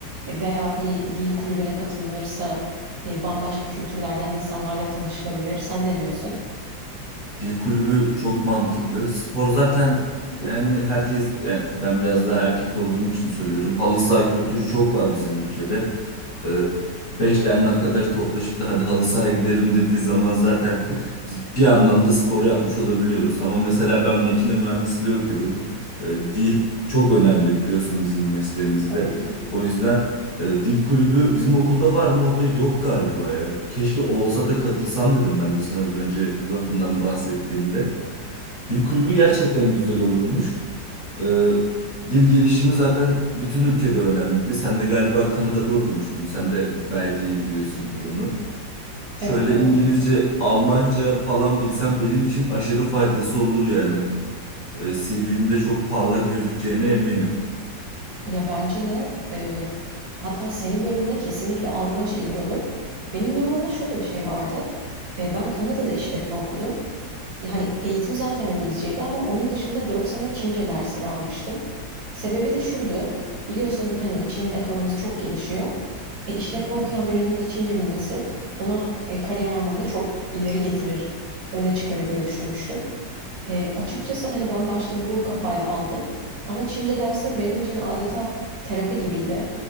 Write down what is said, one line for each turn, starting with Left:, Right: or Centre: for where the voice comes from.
Right: E, Veya bir dil kulübüne katılınırsa e, bambaşka kültürlerden insanlarla tanışılabilir. Sen ne diyorsun?
Left: Dil kulübü çok mantıklı. Spor zaten yani herkes yani ben biraz daha erkek olduğum için söylüyorum. Halı saha kültürü çok var bizim ülkede. Ee, beş tane arkadaş toplaşıp da hadi halı sahaya gidelim dediği zaman zaten biz bir anlamda spor yapmış olabiliyoruz. Ama mesela ben makine mühendisliği okuyorum. Ee, dil çok önemli biliyorsun bizim mesleğimizde.
Right: Tabii ki.
Left: O yüzden e, dil kulübü bizim okulda var mı? O da yok galiba ya. Keşke olsa da katılsam dedim ben de sen az önce lafından bahsettiğinde. Dil kulübü gerçekten güzel olurmuş. E, dil gelişimi zaten bütün ülkede önemli. Sen de galiba Kanada'da okumuştun. Sen de gayet iyi biliyorsundur onu. Şöyle
Right: Evet evet.
Left: İngilizce, Almanca falan bilsem benim için aşırı faydası olur yani. E, CV'mde çok parlak gözükeceğine eminim.
Right: Ya bence de e, hatta senin bölümünde kesinlikle Almanca iyi olur. Benim durumumda şöyle bir şey vardı. E, ben Kanada'da işletme okudum. hani eğitim zaten İngilizceydi ama onun dışında 4 sene Çince dersleri almıştım. Sebebi de şuydu. Biliyorsun hani Çin'in ekonomisi çok gelişiyor. E, işletme
Left: Hı hı.
Right: okuyan birinin de Çince bilmesi onu e, kariyer anlamında çok ileri getirir, öne çıkarır diye düşünmüştüm. Eee, açıkçası, hani, ben başta bu kafayla aldım ama Çince dersleri benim için adeta terapi gibiydi.